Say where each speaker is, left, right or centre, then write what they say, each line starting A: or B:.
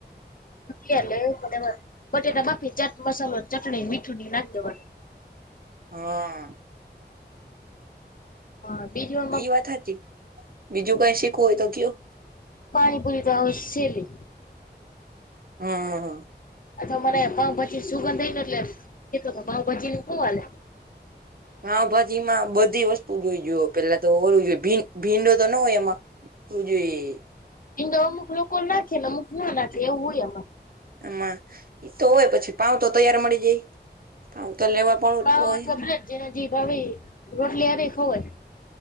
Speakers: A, on the left; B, on the right.
A: ત્યાંર લેવ પણ એમાં બટેટા બાફી ચાટ મસાલો ચટણી મીઠું ની નાખી દેવાનું
B: હા
A: હા બીજુ
B: ઈ વાત હાચી બીજું કઈ શીખવું હોય તો કયો
A: પાણી પુરી તો હાવ સેલી
B: હા
A: આતો મને પાવ ભાજી સુગંધ આઈને એટલે કેતો પાવ ભાજી નું શું હાલે
B: પાવભાજી માં બધી વસ્તુ જોયો પેલા તો ઓલુ જો ભીંડો તો ના હોય એમાં <unintelligible>
A: એમ તો અમુક લોકો નાખે ને અમુક ના નાખે એવું હોય આમા
B: આમાં એતો હોય પછી પાાવ તો તૈયાર મળી જાય. પાઉ તો લેવા પણ
A: હા
B: હોય
A: <unintelligible> જેને જે ભાવે રોટલી હારે એ ખવાઈ